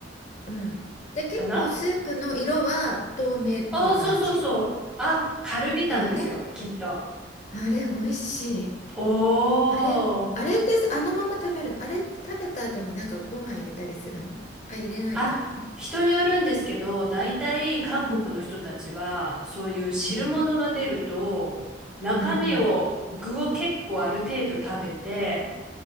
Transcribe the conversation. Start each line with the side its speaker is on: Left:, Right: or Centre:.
Left: うん。で、結構スープの色は透明っぽい感じ
Centre: かなあー、そうそうそう。あ、カルビタンですよ、
Left: だよね。
Centre: きっと。
Left: あれ、美味しい。
Centre: おー。
Left: あれ、あれってあのまま食べる。あれって食べた後になんかご飯入れたりするのあ、入れないか。
Centre: あ、人によるんですけど、大体韓国の人たちは、
Left: うん。
Centre: そういう汁物が出ると、
Left: うん。
Centre: 中身を、
Left: うんうん。
Centre: 具を結構ある程度食べて、